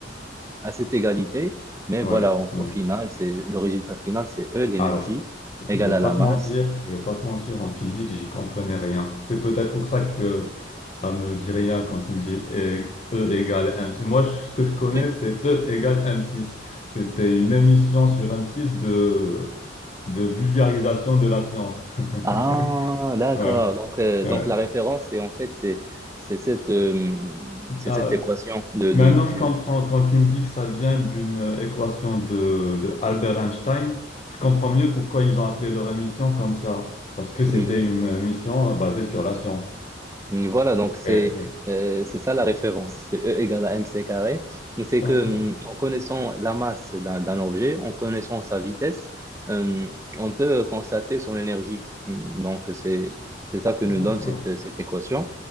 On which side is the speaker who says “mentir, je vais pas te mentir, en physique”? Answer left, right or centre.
Left